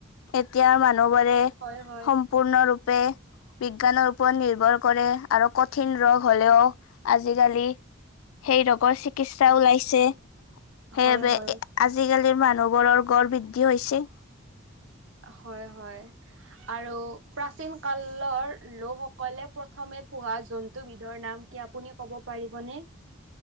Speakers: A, on the left (about 85°); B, on the right (about 75°).
A: এতিয়া মানুহবাৰে
B: হয় হয়।
A: পূৰ্ণৰূপে বিজ্ঞানৰ ওপৰত নিৰ্ভৰ কৰে আৰু কঠিন ৰগ হ'লেও আজিকালি সেই ৰগৰ চিকিৎসা ওলাইছে। সেইআবে
B: হয় হয়।
A: আজিকালিৰ মানুহবোৰৰ গড় বৃদ্ধি হৈছে।
B: হয় হয়। আৰু প্ৰাচীন কালৰ লোকসকলে প্ৰথমে পোহা জন্তুবিধৰ নাম কিয়া আপুনিয়ে ক'ব পাৰিবনে?